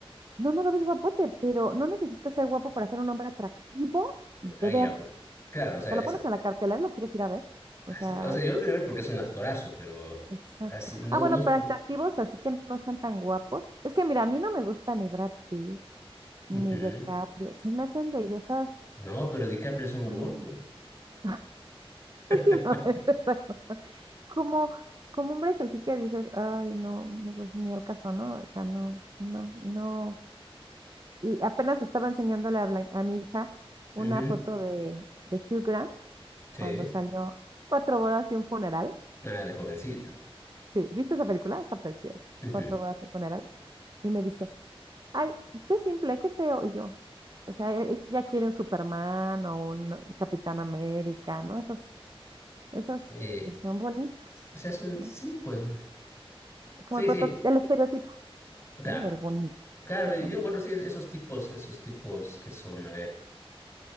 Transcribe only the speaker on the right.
No, no lo ves guapote, pero no necesitas ser guapo para ser un hombre atractivo de
ver. O
sea, lo
pones en la cartelera y lo quieres ir a ver. O
sea,
exacto.
Ah, bueno,
para
atractivos, así que no sean tan guapos. Es que mira, a mí no me gusta ni Brad Pitt,
ni DiCaprio. Se me hacen bellezas
Ah.
<laughs>
Últimamente, <laughs> como, como hombres así que dices, ay, no, no, pues ni el caso, ¿no? O sea, no, no, no. Y apenas estaba enseñándole a, Blan- a mi hija una
foto de, de Hugh Grant
cuando salió Cuatro bodas y un funeral.
Sí, ¿viste esa película? Está preciosa.
Cuatro bodas y un funeral. Y me dice, ay, qué simple, qué feo. Y yo, o sea, e- ella quiere un Superman o un Capitán América, ¿no? Esas Esos
que son bonitos,
¿no?
Como
el proto-
el estereotipo,
¿no? Del bonito.
O
sea,